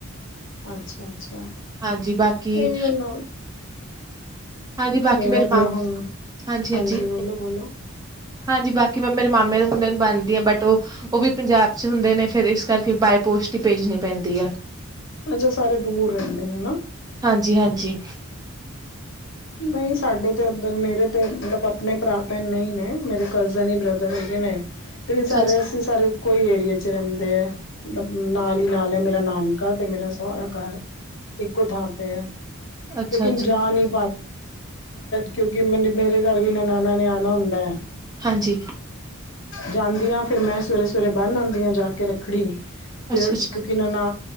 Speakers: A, on the left; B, on the right.
A: ਅੱਛਾ ਅੱਛਾ
B: ਹਾਂਜੀ, ਬਾਕੀ।
A: ਇਹ ਹੁਣ
B: ਹਾਂਜੀ, ਬਾਕੀ
A: ਮੇਰਾ
B: ਮੇਰੇ ਹਾਂਜੀ-ਹਾਂਜੀ,
A: ਤੇ ਹੁਣ ਹਾਂਜੀ ਬੋਲੋ ਬੋਲੋ
B: ਹਾਂਜੀ, ਬਾਕੀ ਮੇਰੇ ਮਾਮੇ ਦੇ ਮੁੰਡੇ ਨੂੰ ਬੰਨਦੀ ਆ, ਬਟ ਉਹ-ਉਹ ਵੀ ਪੰਜਾਬ ਚ ਹੁੰਦੇ ਨੇ ਫੇਰ ਇਸ ਕਰਕੇ ਬਏ ਪੋ ਸਟੀ ਹੀ ਭੇਜਣੀ ਪੈਂਦੀ ਐ।
A: ਅੱਛਾ, ਸਾਰੇ ਦੂਰ ਰਹਿੰਦੇ ਨੇ ਨਾ।
B: ਹਾਂਜੀ ਹਾਂਜੀ
A: ਨਹੀਂ ਸਾਡੇ ਤੇ ਇੱਧਰ ਮੇਰੇ ਤੇ ਮਤਲਬ, ਆਪਣੇ ਭਰਾ ਭੈਣ ਨਹੀਂ ਨੇ ਮੇਰੇ ਕਜ਼ਨ ਹੀ ਬ੍ਰਦਰ ਹੈਗੇ ਨੇ। ਲੇਕਿਨ
B: ਅੱਛਾ
A: ਸਾਰੇ
B: ਅੱਛਾ
A: ਅਸੀਂ ਸਾਰੇ, ਕੋਈ ਏਰੀਏ ਚ ਰਹਿੰਦੇ ਆ, ਮਤਲਬ ਨਾਲ ਹੀ ਨਾਲ ਐ ਮੇਰਾ ਨਾਨਕਾ ਤੇ ਮੇਰਾ ਸਹੁਰਾ ਘਰ। ਇੱਕੋ ਥਾਂ ਤੇ ਐ,
B: ਅੱਛਾ
A: ਲੇਕਿਨ
B: ਅੱਛਾ
A: ਜਾ ਨਹੀਂ। ਕਿਉਂਕਿ ਮੇਰੇ ਘਰ ਵੀ ਨਨਾਣਾ ਨੇ ਆਣਾ ਹੁੰਦਾ ਐ।
B: ਹਾਂਜੀ,
A: ਜਾਂਦੀ ਆ ਫੇਰ ਮੈਂ ਸਵੇਰੇ-ਸਵੇਰੇ ਬੰਨ੍ਹ ਆਂਦੀ ਆ ਜਾ ਕੇ ਰੱਖੜੀ, ਫਿਰ
B: ਅੱਛਾ ਅੱਛਾ
A: ਕਿਉਂਕਿ ਇਹਨਾਂ ਨਾ